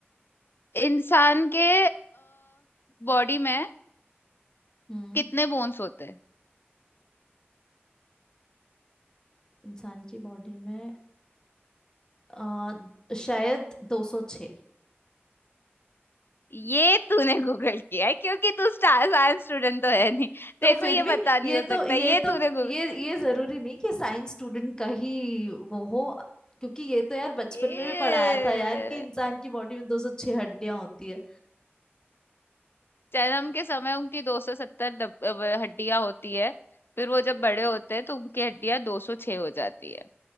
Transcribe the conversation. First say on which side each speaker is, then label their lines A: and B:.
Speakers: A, on the left; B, on the left.
A: इंसान के बॉडी में
B: हम्म
A: कितने बोन्स होते हैं
B: इंसान की बॉडी में आ, शायद 206
A: ये तूने गूगल किया है क्योंकि तू साइंस स्टूडेंट तो है नहीं
B: तो
A: देखो
B: फिर
A: ये
B: भी
A: पता नहीं
B: ये
A: हो
B: तो
A: सकता
B: ये
A: ये
B: तो
A: तूने गूगल
B: ये ये जरूरी नहीं कि साइंस स्टूडेंट का ही वो हो क्योंकि ये तो यार बचपन
A: ये
B: में भी पढ़ाया था यार कि इंसान की बॉडी में 206 हड्डियां होती है
A: जन्म के समय उनकी 270 दब- अ, हड्डियां होती है फिर वो जब बड़े होते हैं तो उनकी हड्डियां 206 हो जाती है